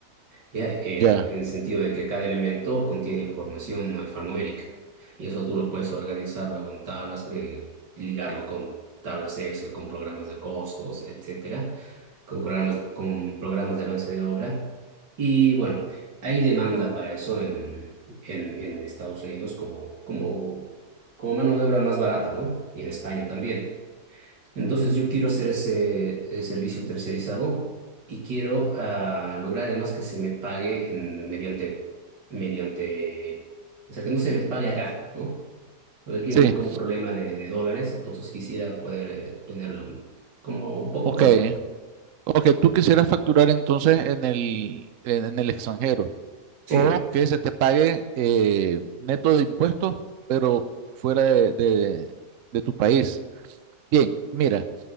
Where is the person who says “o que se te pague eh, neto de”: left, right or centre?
Right